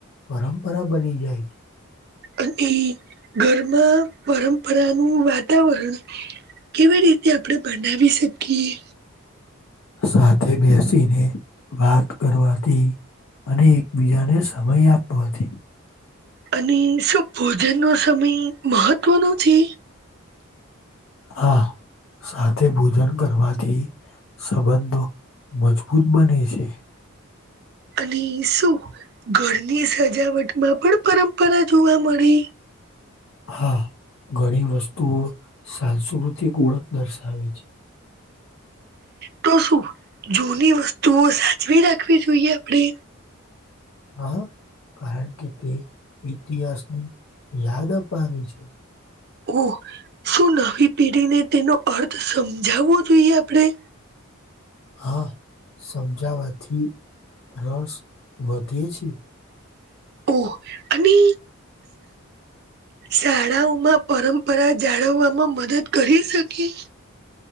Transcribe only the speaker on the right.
અને ઘરમાં પરંપરાનું વાતાવરણ કેવી રીતે આપણે બનાવી શકીએ
અને શું ભોજનનો સમય મહત્વનો છે
અને શું ઘરની સજાવટમાં પણ પરંપરા જોવા મળે
તો શું જૂની વસ્તુઓ સાચવી રાખવી જોઈએ આપણે
ઓ શું નવી પેઢીને તેનો અર્થ સમજાવવો જોઈએ આપણેે.
ઓહ અને શાળાઓમાં પરંપરા જાળવવામાં મદદ કરી શકી.